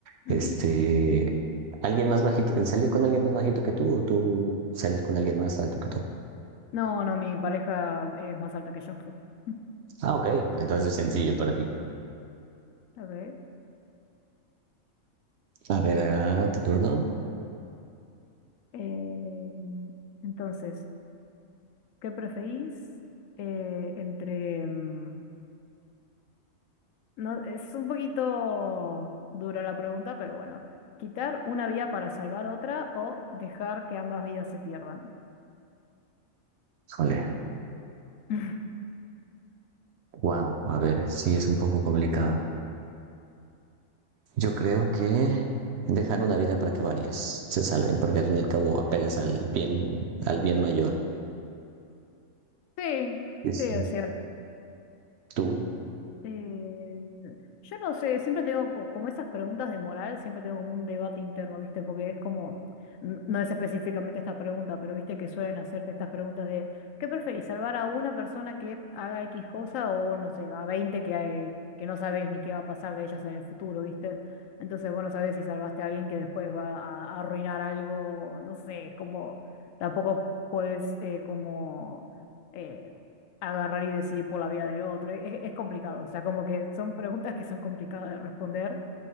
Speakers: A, on the right (about 65°); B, on the left (about 80°).
A: este,
B: Ujú.
A: ¿alguien más bajito, salir con alguien más bajito que tú o tú salir con alguien más alto que tú?
B: No, no, mi pareja es más alta que yo. <laughs>
A: Ah, ok, entonces sencillo para ti.
B: A ver.
A: A ver, ah, ¿tu turno?
B: eh, entonces, ¿qué preferís eh, entre... mm, No, es un poquito dura la pregunta, pero bueno, quitar una vida para salvar otra o dejar que ambas vidas se pierdan.
A: Híjole,
B: <laughs>
A: wow, a ver, sí, es un poco complicado. Yo creo que dejar una vida para que varias se salven, porque al fin y al cabo apelas al bien, al bien mayor.
B: Sí,
A: Sí, sí.
B: sí, es cierto.
A: ¿Tú?
B: Eh, yo no sé, siempre tengo co- como esas preguntas de moral, siempre tengo como un debate interno, ¿viste? Porque es como, n- no es específicamente esta pregunta, pero viste que suelen hacerte estas preguntas de, ¿qué preferís, salvar a una persona que haga X cosa o, no sé, a 20 que, eh, que no sabes ni qué va a pasar de ellas en el futuro, ¿viste? Entonces, bueno, sabes si salvaste a alguien que después va a, a arruinar algo, no sé, como tampoco puedes eh, como... eh, agarrar y decidir por la vida del otro. Es, es complicado, o sea, como que son preguntas que son complicadas de responder,